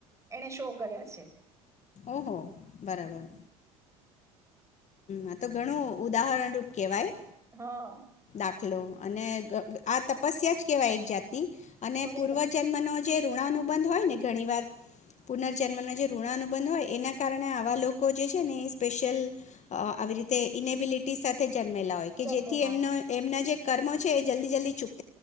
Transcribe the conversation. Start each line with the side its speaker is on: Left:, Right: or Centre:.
Right: એને શો કર્યા છે.
Left: ઓહો બરાબર આ તો ઘણું ઉદાહરણરૂપ કેવાય
Right: હા
Left: અને આ તપસ્યા જ કેવાય એક જાત ની અને
Right: ખરેખર
Left: પૂર્વ જન્મનો જે ઋણાનુબંધ હોય ને ઘણી વાર પુનર્જન્મનો જે ઋણ અનુબંધ હોય એના કારણે આવા લોકો જે છે ને સ્પેશિલ અસઆવી રીતે ઇનેબિલિટી સાથે જન્મેલા હોય કે
Right: જન્મેલા
Left: જેથી એમનો
Right: હોય
Left: એમના જે કર્મો છે એ જલ્દી જલ્દી ચુક